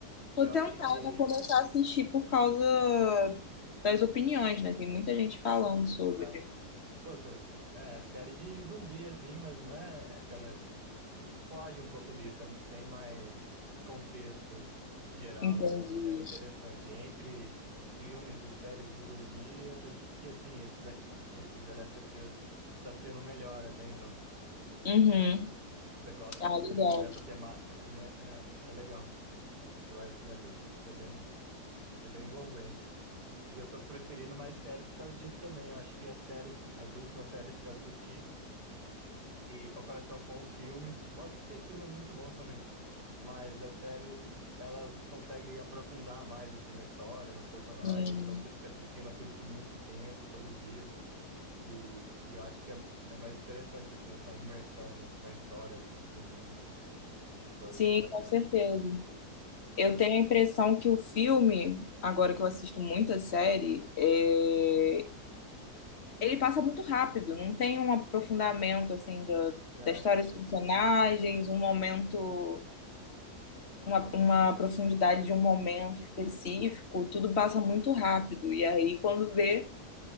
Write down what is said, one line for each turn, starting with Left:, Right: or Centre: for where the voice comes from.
Right: E
Left: Tô
Right: eu
Left: tentada
Right: acho que,
Left: a começar a assistir por causa das opiniões, né? Tem muita gente falando sobre.
Right: é, pô, se- é série de zumbi, assim, mas não é aquela foge um pouco disso, é- tem mais contexto geral,
Left: Entendi.
Right: assim, é interessante. Entre filmes e séries de zumbi, eu acredito que, assim, esse, da, esse The Last of Us tá sendo o melhor até então.
Left: Uhum.
Right: Se você gosta
Left: Ah,
Right: de-
Left: legal.
Right: desse- dessa temática, assim, é, é, é legal. Você vai, você vai curtir, porque é bem, é bem envolvente. E eu tô preferindo mais série por causa disso também. Eu acho que as séries, as últimas séries que eu assisti, e em comparação com os filmes, lógico que tem filme muito bom também. mas as séries elas conseguem aprofundar mais assim na história, nos personagens,
Left: Sim,
Right: então você fica assistindo aquilo por muito tempo, todo dia, e, e eu acho que é, é mais interessante assim essa imersão no- na história, no, no mundo do,
Left: Sim,
Right: da
Left: com
Right: série.
Left: certeza. Eu tenho a impressão que o filme, agora que eu assisto muita série, é, ele passa muito rápido, não tem um aprofundamento assim da,
Right: É,
Left: da história dos personagens, um momento, uma, uma profundidade de um momento específico, tudo passa muito rápido. E aí, quando vê,